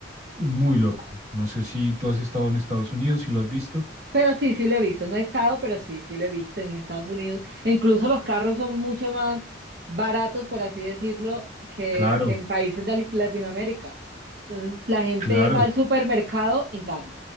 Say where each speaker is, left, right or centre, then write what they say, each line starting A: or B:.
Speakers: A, on the right; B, on the right.
A: muy loco. No sé si tú has estado en Estados Unidos, si lo has visto.
B: pero sí, sí lo he visto. No he estado, pero sí, sí lo he visto en Estados Unidos. E incluso los carros son mucho más baratos, por así decirlo, que,
A: Claro,
B: que en países de Lit- Latinoamérica. Entonces, la gente
A: claro.
B: va al supermercado en carro.